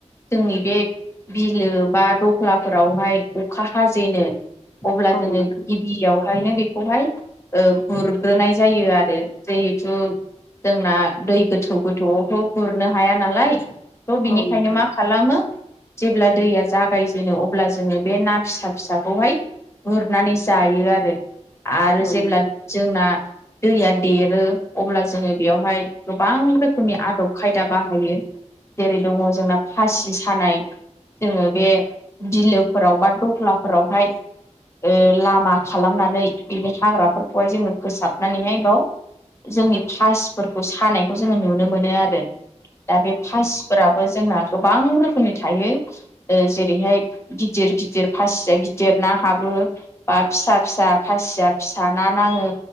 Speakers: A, on the left (about 20°); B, on the left (about 45°).
A: जोंनि बे बिलो बा दफ्लाफोरावहाय अखा हाजेनो अब्ला
B: औ
A: जोङो
B: नोंथां
A: गिबियाव ओयनो बेखौहाय गुरग्रोनाय जायो आरो जिहेथु जोंना दै गोथौ गोथौआवथ' गुरनो हाया नालाय थ' बिनिखायनो
B: औ नोंथां
A: मा खालामो जेब्ला दैया जागायजेनो अब्ला जोङो बे ना फिसा फिसाखौहाय गुरनानै जायो आरो आरो
B: औ
A: जेब्ला
B: नोंथां
A: जोंना दैया देरो अब्ला जोङो बेयावहाय गोबां रोखोमनि आदब खायदा बाहायो जेरै दङ जोंना फासि सानाय जोङो बे बिलोफोराव बा दफ्लाफोरावहाय लामा खालामनानै बिनि हाग्राफोरखौहाय जोङो फोसाबनानैहाय बाव जोंनि फासिफोरखौ सानायखौ जोङो नुनो मोनो आरो दा बे फासिफोराबो जोंना गोबां रोखोमनि थायो ओ जेरैहाय गिदिर गिदिर फासिया गिदिर ना हाबो बा फिसा फिसा फासिया फिसा ना नाङो